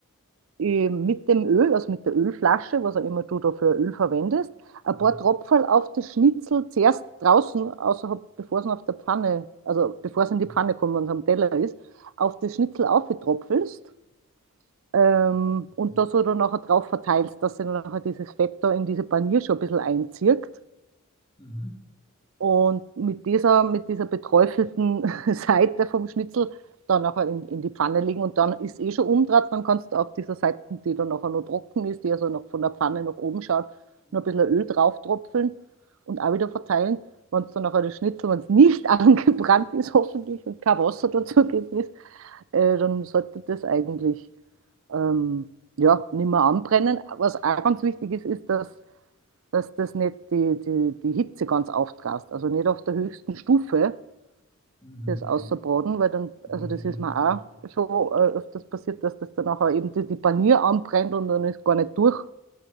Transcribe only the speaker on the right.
äh, mit dem Öl, also mit der Ölflasche, was auch immer du da für Öl verwendest, ein
paar Tropferl auf das Schnitzel zuerst draußen, außerhalb, bevor es auf der Pfanne, also bevor es
in die Pfanne kommt, wenn es am Teller ist, auf das Schnitzel aufgetropfelst ähm, und
da so dann nachher drauf verteilst, dass sich dann nachher dieses Fett da in diese Panier schon ein bisschen einzieht.
Und mit dieser, mit dieser beträufelten <laughs> Seite vom Schnitzel dann nachher in, in die Pfanne legen und dann ist eh schon umdraht, dann kannst du auf dieser Seite, die dann nachher noch trocken ist, die also noch von der Pfanne nach oben schaut,
noch ein bisschen Öl drauf tropfeln und auch wieder verteilen. Wenn es dann nachher das Schnitzel, wenn es nicht <laughs> angebrannt ist, hoffentlich und kein Wasser dazugegeben ist, äh, dann sollte das eigentlich ähm, ja, nicht mehr anbrennen. Was auch ganz wichtig ist, ist, dass dass das nicht die, die, die Hitze ganz auftrast. Also nicht auf der höchsten Stufe
das
auszubraten, weil dann,
also
das
ist
mir auch
schon äh, öfters passiert, dass das dann auch eben die, die Panier anbrennt und dann ist gar nicht durch.